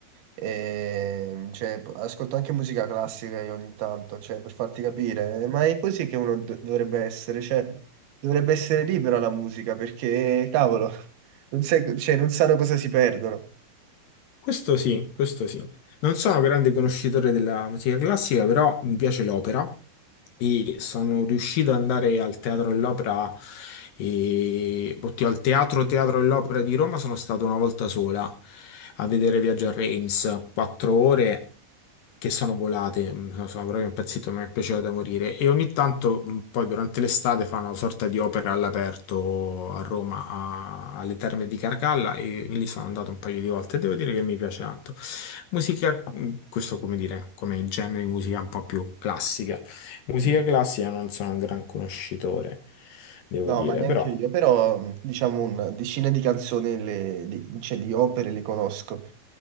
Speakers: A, on the right; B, on the left.
A: ehm, cioè, p- ascolto anche musica classica io ogni tanto, cioè, per farti capire, eh, ma è così che uno do- dovrebbe essere, cioè, dovrebbe essere libera la musica, perché, cavolo, <laughs> non sai- cioè, non sanno cosa si perdono.
B: questo sì, questo sì. Non sono un grande conoscitore della musica classica, però mi piace l'opera e sono riuscito ad andare al Teatro dell'Opera, e... oddio, al Teatro Teatro dell'Opera di Roma sono stato una volta sola a vedere Viaggio a Reims, quattro ore che sono volate, mm, sono sono proprio impazzito, mi è piaciuto da morire e ogni tanto mm, poi durante l'estate fanno una sorta di opera all'aperto a Roma, a- alle Terme di Carcalla e lì sono andato un paio di volte, devo dire che mi piace tanto. Musica, mh, questo come dire, come genere di musica un po' più classica. Musica
A: Mm.
B: classica non sono un gran conoscitore, devo
A: No,
B: dire,
A: ma neanche
B: però
A: io, però mh, diciamo un decine di canzoni, le- di, cioè di opere le conosco.